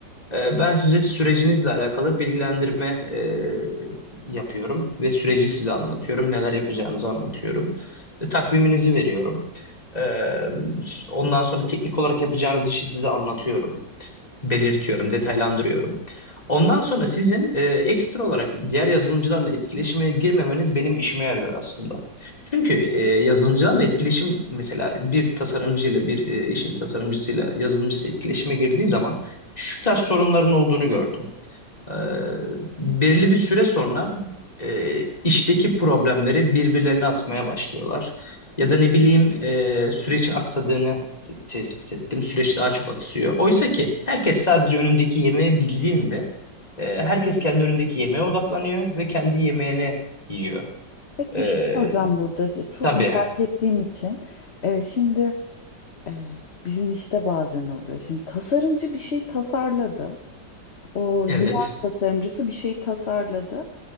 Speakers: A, on the left; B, on the left.
A: Ee, Ben size sürecinizle alakalı bilgilendirme e, yapıyorum ve süreci size anlatıyorum, neler yapacağınızı anlatıyorum, ve takviminizi veriyorum. Ee, Ondan sonra teknik olarak yapacağınız işi size anlatıyorum belirtiyorum, detaylandırıyorum. Ondan sonra sizin e, ekstra olarak diğer yazılımcılarla etkileşime girmemeniz benim işime yarıyor aslında. Çünkü e, yazılımcılarla etkileşim mesela bir tasarımcıyla bir e, işin tasarımcısıyla yazılımcısı etkileşime girdiği zaman şu tarz sorunların olduğunu gördüm. Ee, belirli bir süre sonra e, işteki problemleri birbirlerine atmaya başlıyorlar. Ya da ne bileyim e, sürecin aksadığını t- tespit ettim. Süreç daha çok aksıyor. Oysa ki herkes sadece önündeki yemeği bildiğinde e, herkes kendi önündeki yemeğe odaklanıyor ve kendi yemeğini yiyor.
B: Peki
A: Ee,
B: bir şey soracağım burada çok
A: tabii.
B: merak ettiğim için. Eee, şimdi... Ee, bizim işte bazen oluyor. Şimdi tasarımcı bir şey tasarladı. O UI
A: Evet.
B: tasarımcısı bir şey tasarladı.